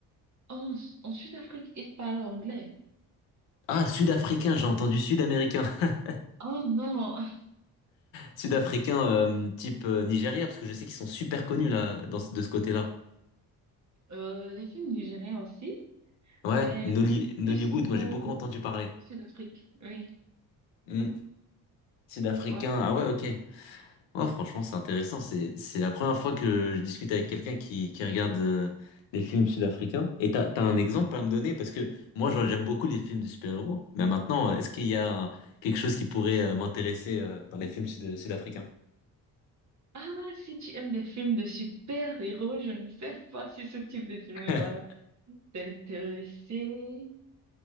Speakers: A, on the right; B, on the left.
A: En, en Sud-Afrique, ils parlent anglais.
B: Ah, sud-africain, j'ai entendu sud-américain. <laughs>
A: Oh non,
B: Sud-africain euh, type euh, Nigeria, parce que je sais qu'ils sont super connus là, dans, ce- de ce côté-là.
A: <laughs> euh, les films nigériens aussi,
B: Ouais,
A: mais
B: Nolly- Nollywood,
A: plus
B: moi
A: pour
B: j'ai beaucoup entendu parler.
A: le Sud-Afrique, oui.
B: Hmm. Sud-africain,
A: Ouais.
B: ah ouais, ok. Ouais, franchement, c'est intéressant. C'est, c'est la première fois que je discute avec quelqu'un qui, qui regarde euh, des films sud-africains. Et t'as, t'as un exemple à me donner? Parce que moi, genre, j'aime beaucoup les films de super-héros. Mais maintenant, euh, est-ce qu'il y a un- quelque chose qui pourrait euh, m'intéresser euh, dans les films sud- sud-africains?
A: Ah, si tu aimes des films de super-héros, je ne sais pas si ce type de film
B: <laughs>
A: va t'intéresser.